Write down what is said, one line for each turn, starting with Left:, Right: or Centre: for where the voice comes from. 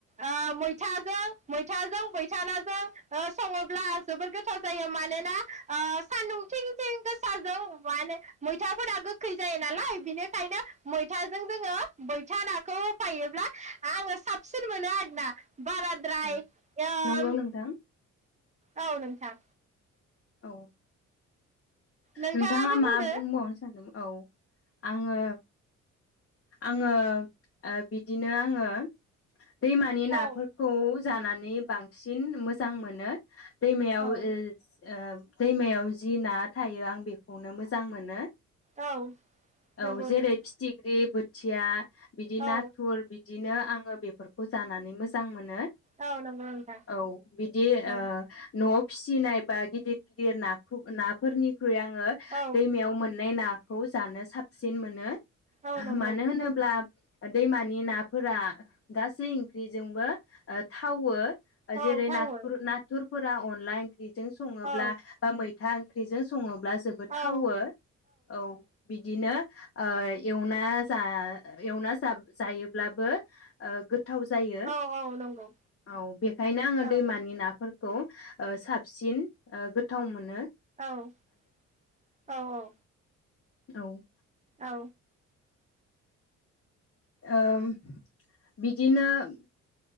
Right: ओ मैथाजों मैथाजों मैथा नाजों ओ सङोब्ला जोबोद गोथाव जायो मानोना ओ सान्दुंथिंथिं गोसाजों माने मैथाफोरा गोखै जायो नालाय बेनिखायनो मैथाजों जोङो मैथा नाखौ होफायोब्ला आङो साबसिन मोनो आरोना बाराद्राय
Left: औ
Right: इयो
Left: नंगौ नोंथां
Right: औ नोंथां
Left: औ
Right: नोंथाङाबो
Left: नोंथाङा मा
Right: बुंदो
Left: बुंबावनो सानदोंमोन औ आङो आङो ओ दैमानि नाफोरखौ
Right: औ
Left: जानानै बांसिन मोजां मोनो दैमायाव
Right: औ
Left: ओस ओ दैमायाव जि ना थायो आं बेखौनो मोजां मोनो
Right: औ
Left: औ
Right: नंगौ
Left: जेरै
Right: नोंथां
Left: फिथिग्रि बोथ थिया बिदि
Right: औ
Left: नाथुर बिदि बिदिनो आंओ बेफोरखौ जानानै मोजां मोनो
Right: औ नंगौ नोंथां
Left: औ बिदि
Right: औ
Left: ओ न'आव फिसिनाय बा गिदिर गिदिर नाखौ नाफोरनि ख्रुइ आङो
Right: औ
Left: दैमायाव मोननाय ना खौ जानो साबसिन मोनो
Right: औ नंगौ
Left: मानो होनोब्ला ओ दैमानि नाफोरा गासै ओंख्रिजोंबो ओ थावो ओ जेरै
Right: औ थावो
Left: नाथुर नाथुर फोरा अनला ओंख्रि जों सङोब्ला
Right: औ
Left: बा मै मैथा ओंख्रिजों सङोब्ला जोबोद
Right: औ
Left: थावो औ बिदिनो ओ एवना जा एवना जा जायोब्लाबो ओ गो गोथाव जायो
Right: औ औ नंगौ
Left: औ बेखायनो आङो
Right: औ
Left: दैमानि नाफोर खौ ओ साबसिन ओ गोथाव मोन
Right: औ-औ-औ
Left: औ-
Right: औ
Left: ओम बिदिनो-